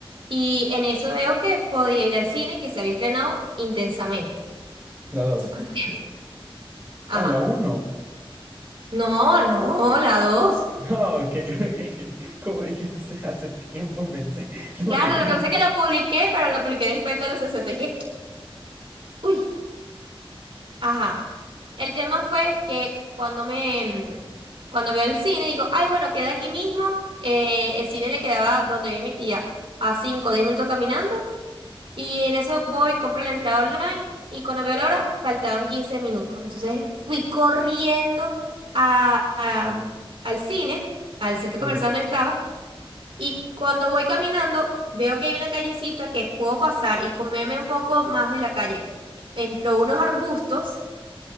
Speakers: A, on the right (about 65°); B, on the right (about 25°).
A: y en eso veo que podía ir al cine que se había estrenado intensamente.
B: La dos.
A: Eso fue hace tiempo. Ajá.
B: Ah, la uno.
A: No, no, la dos.
B: Ah, ok. <laughs> Es que, Como dijiste hace hace tiempo, pensé. <laughs> No,
A: Claro,
B: güey.
A: lo que pasa es que lo publiqué, pero lo publiqué después de todos los sucesos. Dije, uy. Ajá. El tema fue que cuando me, mm, cuando veo el cine, digo, ay, bueno, queda aquí mismo. Eh, el cine le quedaba donde vive mi tía, a 5 o 10 minutos caminando. Y en eso voy, compro la entrada online. Y cuando veo la hora, faltaban 15 minutos. Entonces fui corriendo a- a- al cine, al centro comercial
B: Sí,
A: donde estaba. Y cuando voy caminando, veo que hay una callecita que puedo pasar y comerme un poco más de la calle. Entró unos arbustos.